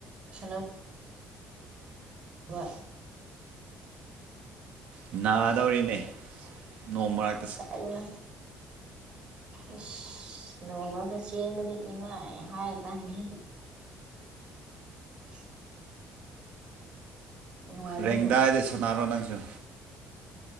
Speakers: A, on the right; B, on the right.
A: ꯁꯥꯟꯅ ꯕ
B: ꯅꯥꯗꯧꯔꯦꯅꯦ ꯅꯣꯡ ꯃꯔꯛ
A: ꯑꯗꯨ <unintelligible> ꯑꯁ ꯅꯣꯡ ꯃꯔꯛꯇ ꯆꯦꯟꯕꯗꯤ ꯏꯃꯥꯏ ꯍꯥꯏ ꯀꯥꯟꯗꯦꯍꯦ <unintelligible> ꯅꯨꯡꯉꯥꯏꯕꯅꯤ
B: ꯔꯦꯡꯗꯥꯏꯗ ꯁꯥꯟꯅꯔꯣ ꯅꯪꯁꯨ